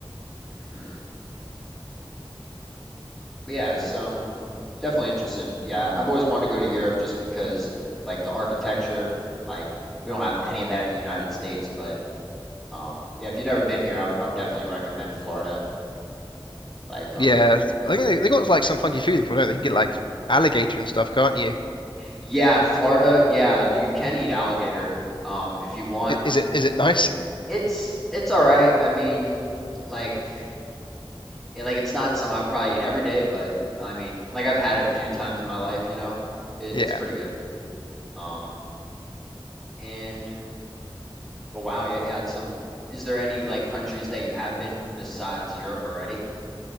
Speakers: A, in the centre; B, on the left (about 60°).
A: Hmm. But yeah, it's um definitely interesting. Yeah, I've always wanted to go to Europe just because like the architecture, like we don't have any of that in the United States. But um, yeah, if you've never been here, I would I would definitely recommend Florida. Like, um,
B: Yeah, I think they, they got like some funky food in Florida. They You can get like alligator and stuff, can't you?
A: yeah, in Florida, yeah, you can eat alligator, um, if you want.
B: I- Is it is it nice? <laughs>
A: It's it's all right. I mean, like, it, like it's not something I'd probably eat every day, but I mean, like I've had it a few times in my life, you know. It,
B: Yeah.
A: it's pretty good. Um, and but wow, yeah, yeah, it's some. Is there any like countries that you have been besides Europe already?